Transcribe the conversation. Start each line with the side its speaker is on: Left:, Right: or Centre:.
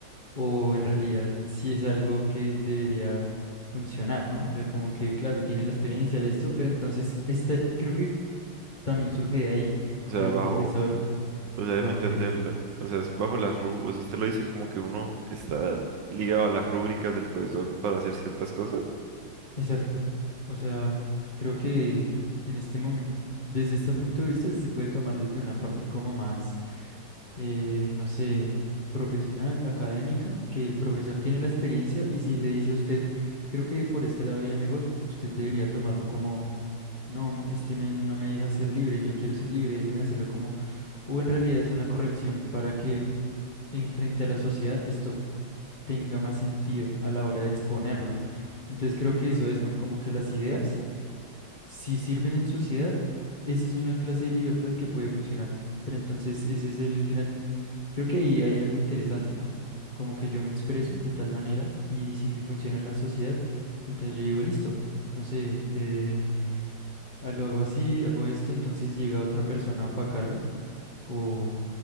Left: o en realidad si es algo que debería funcionar, ¿no? O sea, como que, claro, él tiene la experiencia, de esto, pero entonces, este, creo que también surge de ahí,
Right: O sea,
Left: o sea, el
Right: bajo,
Left: profesor,
Right: o sea,
Left: ¿bajo
Right: déjeme entender,
Left: qué?
Right: la- o sea, es bajo las rú, o sea, usted lo dice como que uno está ligado a las rúbricas del profesor para hacer ciertas cosas.
Left: Exacto. O sea, creo que en este momento, desde este punto de vista, sí se puede tomar desde una parte como más, eh, no sé, profesional, académica, que el profesor tiene la experiencia y si le dice a usted, creo que por este lado iría mejor, usted debería tomarlo como, no, este men no me deja ser libre, yo quiero ser libre, déjeme hacerlo como, o en realidad es una corrección para que enfrente a la sociedad esto tenga más sentido a la hora de exponerlo. Entonces creo que eso es, ¿no? Como que las ideas, si sirven en sociedad, esa es una clase de libertad que puede funcionar. Pero entonces ese es el gran, creo que ahí hay algo interesante, ¿no? Como que yo me expreso de tal manera y si me funciona en la sociedad, entonces yo digo, listo, no sé, eh, ah, lo hago así, hago esto, entonces llega otra persona a opacarme o